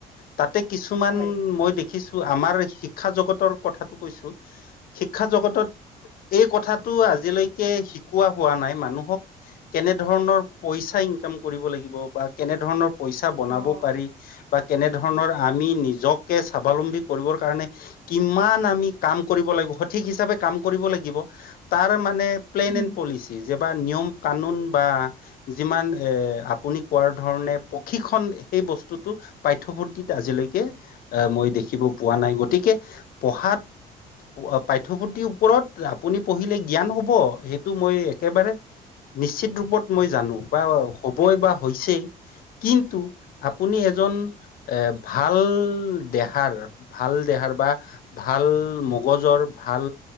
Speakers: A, on the left; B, on the right.
A: তাতে কিছুমান
B: হয়
A: মই দেখিছো আমাৰ শিক্ষা জগতৰ কথাটো কৈছো শিক্ষা জগতত এই কথাটো আজিলৈকে শিকোৱা হোৱা নাই মানুহক কেনে ধৰণৰ পইচা ইনকাম কৰিব লাগিব বা কেনে ধৰণৰ পইচা বনাব
B: অ
A: পাৰি বা কেনে ধৰণৰ আমি নিজকে স্বাৱলম্বী কৰিবৰ কাৰণে কিমান আমি কাম কৰিব লাগিব সঠিক হিচাপে কাম কৰিব লাগিব তাৰ মানে প্লেন
B: উম
A: এণ্ড পলিচি যে নিয়ম কানুন বা যি আপুনি কোৱাৰ ধৰণে প্ৰশিক্ষণ সেই বস্তু টো পাঠ্যপুথিত আজিলৈকে আহ মই দেখিব পোৱা নাই গতিকে পঢ়াত পাঠ্যপুথিৰ ওপৰত আপুনি পঢ়িলে জ্ঞান হব সেইটো মই একেবাৰে নিশ্চিত ৰূপত মই জানো বা হবই বা হৈছেই কিন্তু আপুনি এজন এ ভাল দেহাৰ ভাল দেহাৰ বা ভাল ভাল মগজৰ ভাল